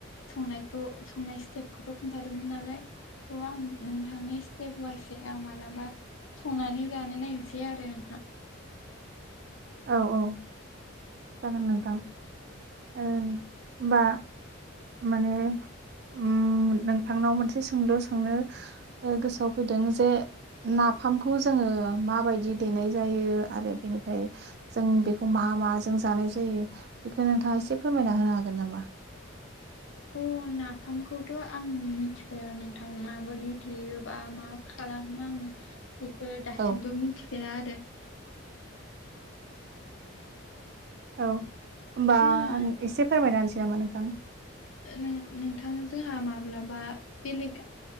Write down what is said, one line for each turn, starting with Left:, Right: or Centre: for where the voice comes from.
Left: संनायखौ संनाय स्टेपखौथ' खोनथादोंमोन नालाय थ' आं नोंथांनि थेअबायसै आं मालाबा संनानै जानो नायसै आरो नोंथां
Right: औ औ जागोन नोंथां ओ होमबा माने उम नोंथांनाव मोनसे सोंलु सोंनो गोसोआव फैदों जे नाफामखौ जोङो माबायदि देनाय जायो आरो बेनिफ्राय जों बेखौ मा माजों जानाय जायो बेखौ नोंथाङा एसे फोरमायना होनो हागोन नामा
Left: अ नाफामखौथ' आं मिथिफेरा नोंथां माबोरै देयोबा मा खालामो आं बेखौ दासिमबो
Right: औ
Left: मिथिफेरा आरो
Right: औ होमबा
Left: जोंहा
Right: आं एसे फोरमायना होनसै नामा नोंथां
Left: ओ नोंथां जोंहा माब्लाबा बेलेग